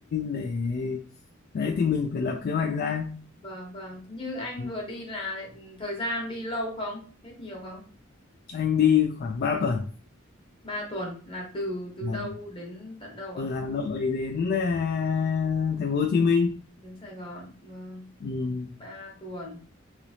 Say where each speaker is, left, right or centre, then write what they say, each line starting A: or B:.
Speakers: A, on the left; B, on the left.
A: để đấy thì mình phải lập kế hoạch ra
B: vâng vâng như anh
A: Ừ.
B: vừa đi là ừ, thời gian đi lâu không hết nhiều không
A: anh đi khoảng ba tuần
B: ba tuần là từ từ
A: Ừ.
B: đâu đến tận đâu ạ
A: từ Hà Nội đến à, thành phố Hồ Chí Minh
B: đến Sài Gòn vâng
A: ừ.
B: ba tuần